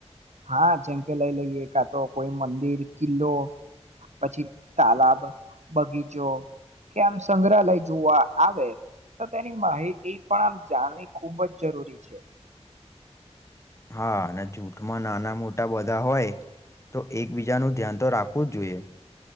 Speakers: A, on the right; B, on the left.
A: હા જેમ કે લઈ લઈએ કાતો કોઈ મંદિર, કિલ્લો પછી તાલાબ, બગીચો કે આમ સંગ્રહાલય જોવા આવે તો તેની માહિતી પણ આમ જાણવી ખૂબજ જરૂરી છે.
B: હા અને જૂઠમાં નાના મોટા બધા હોય તો એકબીજાનું ધ્યાન તો રાખવું જ જોઈએ.